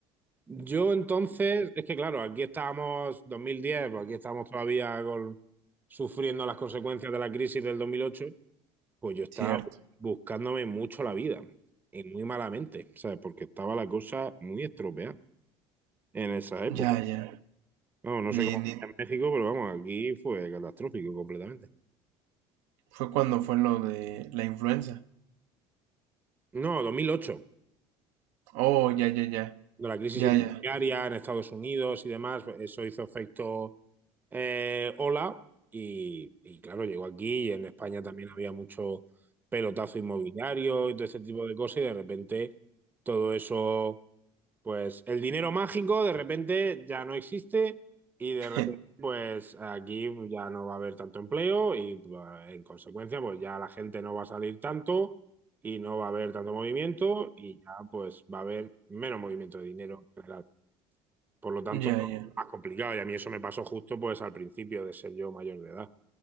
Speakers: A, on the right (about 15°); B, on the right (about 85°).
A: Yo entonces, es que claro, aquí estábamos 2010, pues aquí estamos todavía con, sufriendo las consecuencias de la crisis del dos mil ocho pues yo estaba
B: Cierto.
A: buscándome mucho la vida y muy malamente, ¿sabes? Porque estaba la cosa muy estropeada en esa época.
B: Ya, ya.
A: No, no
B: Ni,
A: sé cómo
B: ni...
A: era en México, pero vamos, aquí fue catastrófico completamente.
B: Fue cuando fue lo de la influenza.
A: No, dos mil ocho
B: Oh, ya, ya, ya.
A: de la crisis
B: Ya,
A: inmobiliaria
B: ya.
A: en Estados Unidos y demás, pues, eso hizo efecto eh, ola y, y, claro, llegó aquí y en España también había mucho pelotazo inmobiliario y todo ese tipo de cosas y de repente todo eso pues el dinero mágico de repente ya no existe y de
B: <laughs>
A: repente pues aquí ya no va a haber tanto empleo y pues, en consecuencia pues ya la gente no va a salir tanto y no va a haber tanto movimiento y ya pues va a haber menos movimiento de dinero en general. Por lo tanto,
B: Ya, ya.
A: es más complicado y a mí eso me pasó justo pues al principio de ser yo mayor de edad.